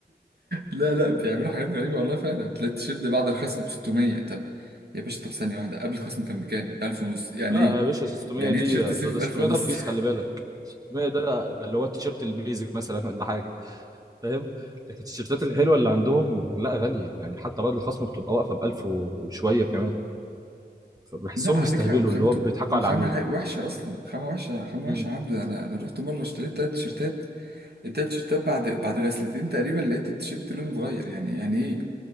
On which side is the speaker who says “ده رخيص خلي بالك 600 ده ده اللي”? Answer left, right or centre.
Right